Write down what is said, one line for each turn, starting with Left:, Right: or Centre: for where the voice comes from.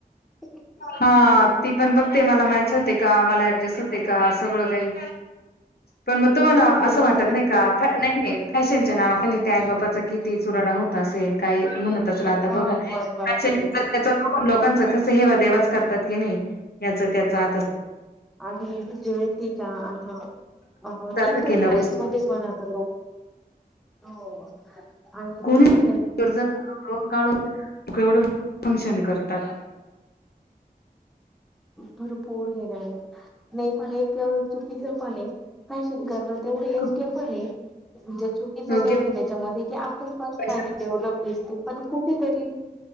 Centre: <unintelligible>
Left: हा ती पण बघते मला मॅच होते, का मला ऍडजस्ट होते, का सगळं काही. पण मग तुम्हाला
Centre: सगळं काही
Left: असं
Centre: म्हणजे
Left: वाटत
Centre: ते
Left: नाही का नाही नाही. फॅशनच्या नावाखाली त्या आई बापाचा किती चुराडा होत असेल काही. म्हणत असल
Centre: मत
Left: आता बघा
Centre: मत बापरे
Left: न त्याच बघून लोकांच कस हेवा देवाच करतात की नाही. याच त्याचा आत अस.
Centre: अ जती का आ <unintelligible> अ इ
Left: असं
Centre: तर
Left: केलं
Centre: मध्ये कास्ट
Left: पाहिजे
Centre: मध्ये लोक हो. आणि
Left: कोणी
Centre: ते फॅशन
Left: कर्जात कोणी लोन काढून. एवढं फंक्शन करतात.
Centre: भरपूर येणार आहे, नाही पण किं चुकीचं पण आहे, फॅशन कर. तेवढे योग्य
Left: खूप
Centre: पण आहे. म्हणजे चुकीचं
Left: योग्य
Centre: काही नाही त्याच्यामध्ये कि आपलीच पर्सनलिटी
Left: पैसा
Centre: डेवलप दिसते पण कुठेतरी.